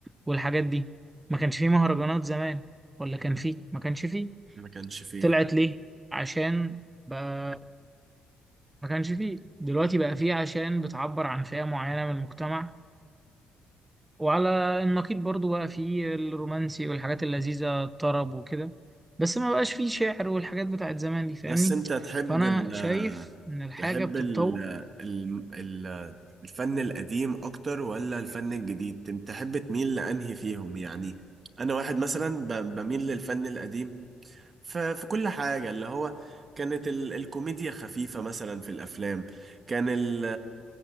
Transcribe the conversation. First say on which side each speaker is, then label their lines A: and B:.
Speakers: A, on the right; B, on the right.
A: والحاجات دي ما كانش فيه مهرجانات زمان ولا كان فيه؟ ما كانش فيه
B: ما كانش فيه
A: طلعت ليه؟ عشان بقى ما كانش فيه دلوقتي بقى فيه عشان بتعبر عن فئة معينة من المجتمع وعلى النقيض برضو بقى فيه الرومانسي والحاجات اللذيذة الطرب وكده بس ما بقاش فيه شعر والحاجات بتاعت زمان دي فاهمني؟
B: بس انت تحب
A: فأنا
B: ال...
A: شايف إن الحاجة
B: تحب
A: بتتطور
B: ال ال ال الفن القديم اكتر ولا الفن الجديد تم- تحب تميل لانهي فيهم يعني انا واحد مثلا ب- بميل للفن القديم ف- في كل حاجة اللي هو كانت ال الكوميديا خفيفة مثلا في الافلام كان ال